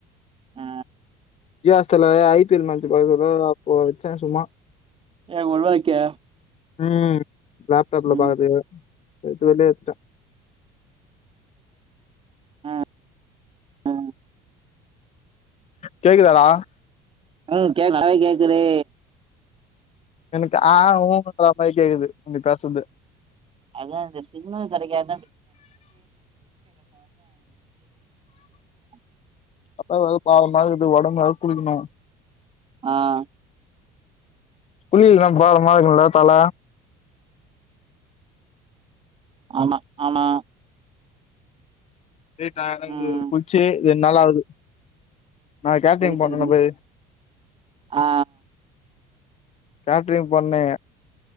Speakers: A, on the right (about 30°); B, on the left (about 40°).
A: ஆ
B: ஜூயோ ஹாட்ஸ்டார் ல ஐ பி எல் மேட்ச்சு பாக்குறதுக் அப்போ வச்சே சும்மா
A: ஆ ஒருவாய்க்கா
B: ம் லேப்டாப்ல
A: ம்
B: பாக்கற்துக்கு எத்து வெளியே உட்டே
A: ஆ ஆ
B: கேக்குதாடா
A: ம் கேக்கவே கேக்குது
B: எனக்கு ஆ உ ன்ற மாதிரி கேக்குது நீ பேசது
A: அதா இந்த சிக்னல் கெடைக்காத்தா <unintelligible> <inaudible>
B: அப்பாவ பாவம் பாக்கதுக்கு ஒடம்பா குடுக்குணு
A: ஆ
B: புள்ளி இல்லாத கோலம் மாரி இருக்கூல தல.
A: ஆமா ஆமா
B: ரே டயடாங்கு
A: ம்
B: குள்ச்சி ரெண்ட் நாளாவுது நா கேட்டிங்
A: ஒழிச்சிரு
B: பண்ணனுப்பே
A: ஆ
B: கேட்ரிங் பண்ணே